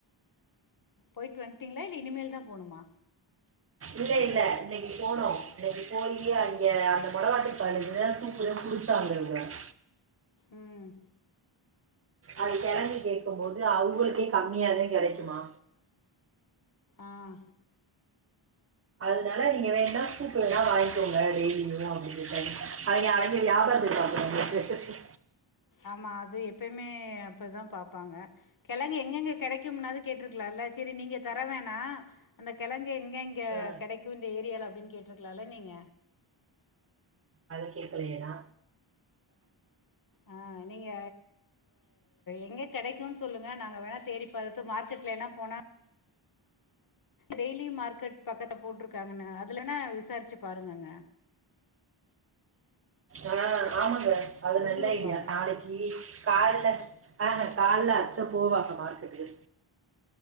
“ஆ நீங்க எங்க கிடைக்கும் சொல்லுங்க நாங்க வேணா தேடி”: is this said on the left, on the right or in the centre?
Left